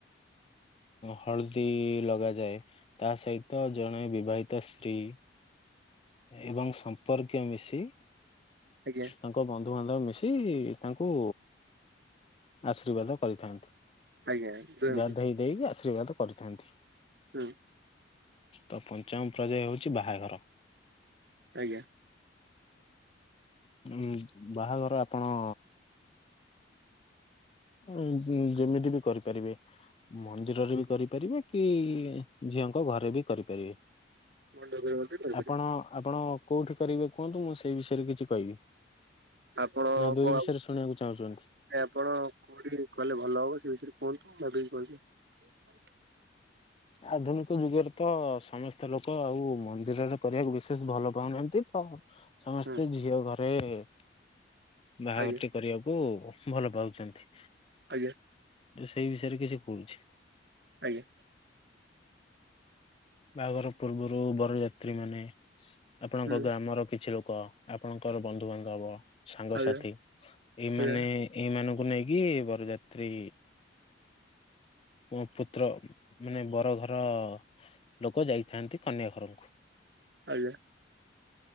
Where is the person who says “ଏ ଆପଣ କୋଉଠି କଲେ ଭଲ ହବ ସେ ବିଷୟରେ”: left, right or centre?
Right